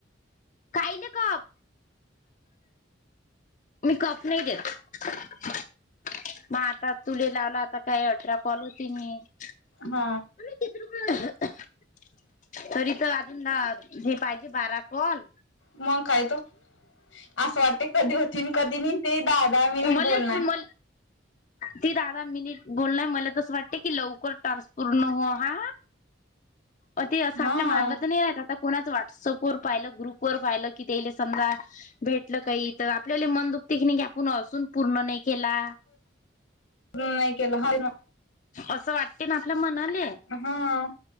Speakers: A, on the left; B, on the left.
A: कायले कप? मी कप नाही घेत. मग आता तुले लावला आता काही अठरा कॉल होतील नी. -
B: हा
A: तरी तर, अजून दहा हे पाहिजे बारा कॉल.
B: मग काय तो असं वाटते कधी होतीन कधी नाही ते दहा दहा मिनिट
A: मलेच
B: बोलणार
A: मल ती दहा-दहा मिनिट बोलणार. मला तस वाटते की लवकर टास्क पूर्ण हो हा. अ. ते अस
B: हा
A: आपल्या मागत नाही आता कोणाच व्हॉटसअप वर पाहिल, ग्रुप वर पाहिल कि तेले समजा. भेटल काही, तर आपल्याला मन दुखते की नाही की, आपण असून पूर्ण नाही केला.
B: हम्.. नाही केला. हा ना!
A: अस वाटते ना, आपल्या मनाले.
B: हा